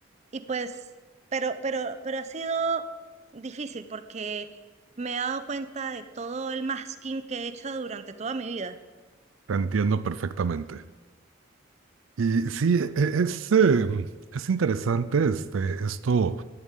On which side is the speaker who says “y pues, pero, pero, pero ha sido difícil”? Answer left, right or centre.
Right